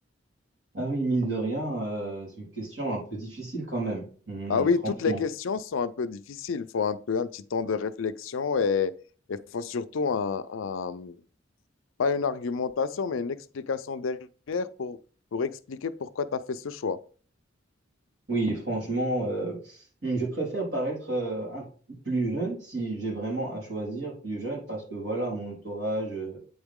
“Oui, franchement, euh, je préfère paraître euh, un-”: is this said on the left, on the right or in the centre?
Right